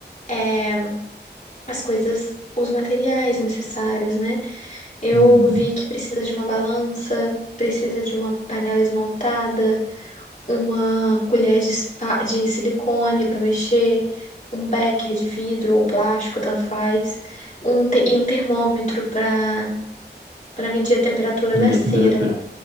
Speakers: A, on the left (about 45°); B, on the right (about 85°).
A: é, as coisas, os materiais necessários, né? Eu
B: Uhum.
A: vi que precisa de uma balança, precisa de uma panela esmaltada. uma colher de, spa- de silicone para mexer, um becker de vidro ou plástico, tanto faz, um te- e um termômetro para para medir a temperatura
B: Pra
A: da
B: medir
A: cera,
B: a temperatura.